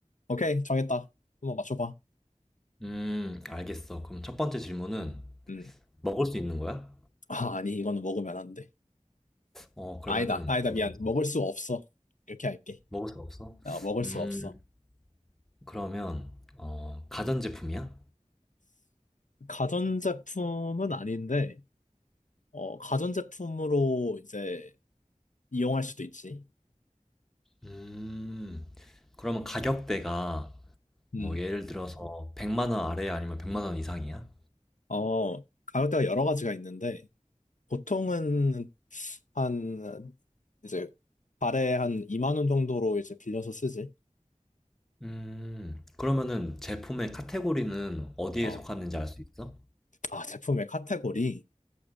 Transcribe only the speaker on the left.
오케이. 정했다. 한번 맞춰봐.
음.
아, 아니, 이거는 먹으면 안 돼.
아니다, 아니다,
미안.
먹을 수 없어. 이렇게 할게.
아, 먹을
수 없어.
가전제품은 아닌데, 어, 가전제품으로 이제 이용할 수도 있지.
음,
어, 가격대가 여러 가지가 있는데, 보통은 한, 이제, 달에 한 2만 원 정도로 이제 빌려서 쓰지.
어,
아, 제품의 카테고리.